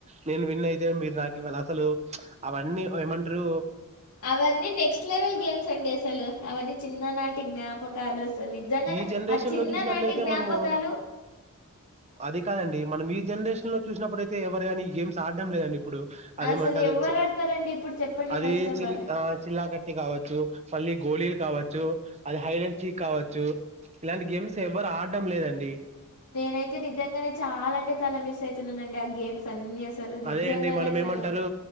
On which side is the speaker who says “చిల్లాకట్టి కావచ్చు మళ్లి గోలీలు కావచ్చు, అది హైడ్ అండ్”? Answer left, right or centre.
Right